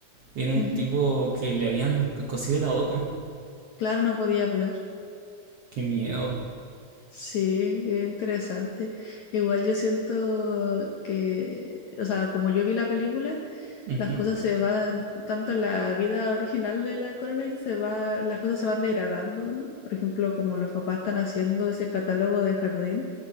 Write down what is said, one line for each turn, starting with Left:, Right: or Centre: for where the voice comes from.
Right: era un
Left: ujú.
Right: tipo que le habían cosido la boca.
Left: Claro, no podía hablar.
Right: Qué miedo.
Left: Sí, es interesante. Igual yo siento que, o sea, como yo vi la película,
Right: Ujú,
Left: las cosas se van, tanto en la vida original de la Coraline se va, las cosas se van degradando, ¿no? Por ejemplo, como los papás están haciendo ese catálogo de jardín,